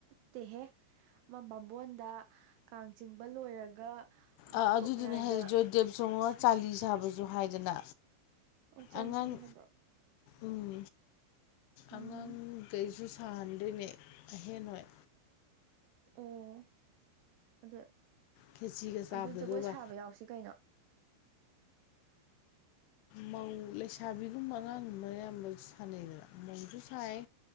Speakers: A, on the right; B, on the left.
A: ꯇꯦꯍꯦ ꯑꯃ ꯕꯥꯝꯕꯣꯟꯗ ꯀꯥꯡ ꯆꯤꯡꯕ ꯂꯣꯏꯔꯒ ꯃꯥꯝꯇꯣꯞ
B: ꯑꯥ ꯑꯗꯨꯗꯨꯅꯦ
A: ꯃꯌꯥꯏꯗ
B: ꯍꯥꯏꯔꯦ ꯖꯣꯏ ꯗꯦꯕ ꯆꯣꯡꯉ ꯆꯥꯂꯤ ꯁꯥꯕꯁꯨ ꯍꯥꯏꯗꯅ
A: ꯑꯣ ꯆꯥꯂꯤ
B: ꯑꯉꯥꯡ
A: ꯁꯥꯕ ꯍꯥꯏꯕ꯭ꯔꯣ
B: ꯎꯝ
A: ꯎꯝ
B: ꯑꯉꯥꯡ ꯒꯩꯖꯨ ꯁꯥꯍꯟꯗꯣꯏꯅꯦ ꯑꯕꯦꯝꯃꯥ ꯍꯣꯏ
A: ꯑꯣ ꯑ
B: ꯈꯦꯆꯤꯒ ꯆꯥꯕꯗꯣ
A: ꯑꯗꯨ ꯖꯒꯣꯏ
B: ꯑꯗꯨꯒ
A: ꯁꯥꯕ ꯌꯥꯎꯁꯤ ꯀꯩꯅꯣ
B: ꯃꯧ ꯂꯩꯁꯥꯕꯤꯒꯨꯝꯕ ꯑꯉꯥꯡꯒꯨꯝꯕꯅ ꯑꯌꯥꯝꯕ ꯁꯥꯟꯅꯩꯗꯅ ꯃꯧꯁꯨ ꯁꯥꯏ